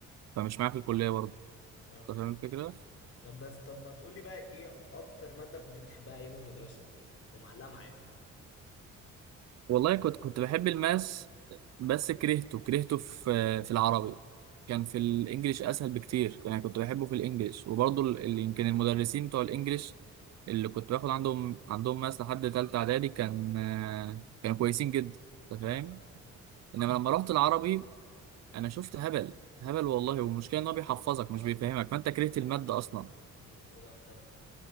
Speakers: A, on the right; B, on the left.
A: فمش معايا في الكليه برضه
B: اه
A: انت فاهم الفكره
B: طب بس طب ما تقولي بقى ايه اكتر مادة كنت بتحبها ايام المدرسة ومعلقة معاك
A: والله كنت كنت بحب الماس بس كرهته كرهته في في العربي كان في
B: اه
A: الانجليش اسهل بكتير يعني كنت بحبه في الانجليش وبرضه ال- ال- يمكن المدرسين بتوع الانجليش اللي كنت باخد عندهم عندهم ماس لحد تالتة اعدادي كان آه، كانوا كويسين جدا انت
B: اه
A: فاهم انما لما رحت العربي انا شفت هبل هبل والله والمشكله ان هو بيحفظك مش بيفهمك فانت كرهت الماده اصلا
B: امم الوضع اختلف